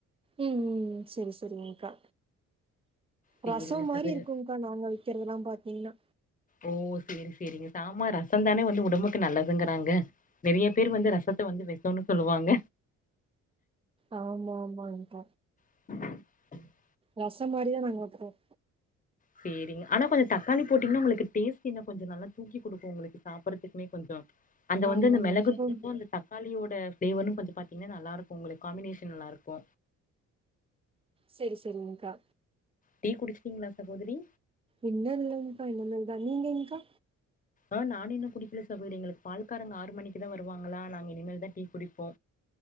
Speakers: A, on the right; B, on the left.
A: ம் ம் ம் செரி செரிங்க்கா
B: சேரிங்க
A: ரசம் மாரி
B: சகோதரி.
A: இருக்கும்க்கா நாங்க வைக்கிறதல்லாம் பாத்தீங்கன்னா
B: ஓ சேரி சேரிங்க சாம ரசம் தானே வந்து உடம்புக்கு நல்லதுங்கறாங்க நிறைய பேர் வந்து ரசத்தை வந்து வெசம்ன்னனு சொல்லுவாங்க
A: ஆமா ஆமா அந்த
B: உ <inaudible>
A: ரசம் மாரியே நாங்க வைப்போம்
B: சேரிங்க ஆனா கொஞ்சம் தக்காளி போட்டீங்கன்னா உங்களுக்கு டேஸ்ட் இன்னும் கொஞ்சம் நல்லா தூக்கி குடுக்கும் உங்களுக்கு சாப்பிடறதுக்குமே கொஞ்சம் அந்த
A: ஆமாமா.
B: வந்து அந்த மிளகுத்தூளுக்கு
A: ம்.
B: அந்த தக்காளியோட ஃப்ளேவரு கொஞ்சோ பாத்தீங்கன்னா நல்லாருக்கு உங்களுக்கு காமினேஷன் நல்லாருக்கு
A: செரி செரி உங்கா
B: டீ குடிச்சிட்டீங்களா சகோதரி
A: இன்னும் இல்லங்கா இனிமேல் தான் நீங்கக்கா
B: ஆ நானு இன்னு குடிக்கல சகோதரி எங்களுக்கு பால்காரங்க ஆறு மணிக்கு தா வருவாங்களா நாங்க இனிமே தா டீ குடிப்போ